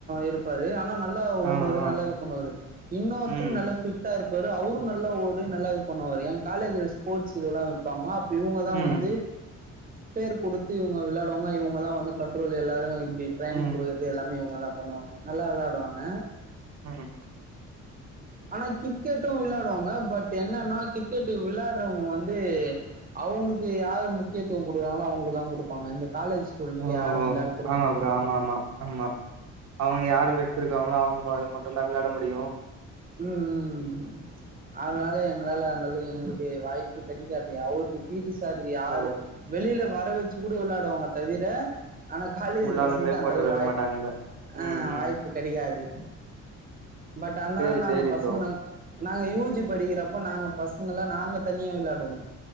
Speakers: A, on the right; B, on the right.
A: இருப்பாரு ஆனா நல்லா ஓடுவாரு
B: ஆ ஆ
A: நல்லா இது பண்ணுவாரு இன்னொருத்தர்
B: ம்
A: நல்ல ஃபிட்டா இருப் பாரு அவுரும் நல்லா ஓடு நல்லா இது பண்ணுவாரு என் காலேஜ்ல ஸ்போர்ட்ஸ் இதெல்லாம் வைப்பாங்க இவுங்க தான்
B: ம்
A: வந்து பேரு கொடுத்து இவுங்க விளையாடுவாங்க இவுங்கதான் வந்து கண்ட்ரோல் எல்லாரும் ட்ரைனிங்
B: ம்
A: குடுக்கருது எல்லாமே இவுங்க தான் பண்ணுவாங்க நல்லா விளையாடுவாங்க
B: ம்
A: ஆனா கிரிக்கெட்டும் விளையாடுவாங்க பட் என்னன்னா கிரிக்கெட் விளையாடுறவங்க வந்து அவுங்களுக்கு யாரு முக்கியத்துவம் கொடுறாங்களோ அவுங்களுக்கு தான் கொடுப்பாங்க எந்த காலேஜ ஸ்டூண்ட்டுக்கு
B: ஓ
A: யாரும் விளையாட குடுக்க
B: ஆமா
A: மாட்டாங்க
B: ப்ரோ ஆமா ஆமா ஆமா அவுங்க யாரு எத்துருக்காங்களோ அவுங்க அது மட்டு தா விளாட முடியும்
A: உம் ம்ம் அதனால எங்களால அந்த அளவுக்கு எங்களுக்கு வாய்ப்பு கிடைக்காது அவருக்கு பீட்டி சாருக்கு யாரு
B: ஓ
A: வெளியில வர வச்சு கூட விளையாடுவாங்க தவிர ஆனா காலேஜ்
B: உள்ள
A: பசங்கக்கு
B: ஆளுங்களே
A: அந்த
B: போட்டு
A: அளவுக்கு
B: விளையாட
A: வாய
B: மாட்டாங்கல்ல
A: ஆ
B: ம் ம்
A: வாய்ப்பு கெடைக்காது பட் அதனாலதான்
B: சேரி
A: நாங்க
B: சேரி
A: பசங்கனா
B: ப்ரோ
A: நாங் நாங்க யூஜி படிக்கிறப்ப நாங்க பசங்கல்லா நாங்க தனியா வெளயாடுவோ